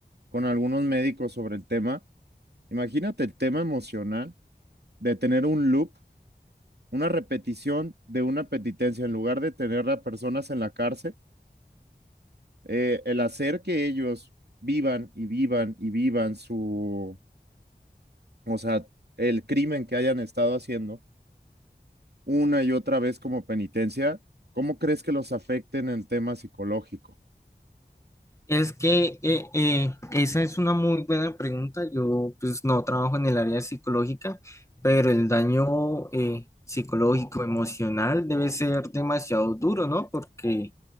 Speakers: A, on the right; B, on the left.
A: con algunos médicos sobre el tema. Imagínate el tema emocional de tener un loop, una repetición de una penitencia, en lugar de tener a personas en la cárcel, eh, el hacer que ellos vivan y vivan y vivan su, o sea, el crimen que hayan estado haciendo una y otra vez como penitencia, ¿cómo crees que los afecte en el tema psicológico?
B: Es que eh, eh, esa es una muy buena pregunta. Yo pues no trabajo en el área psicológica, pero el daño eh, psicológico, emocional debe ser demasiado duro, ¿no? Porque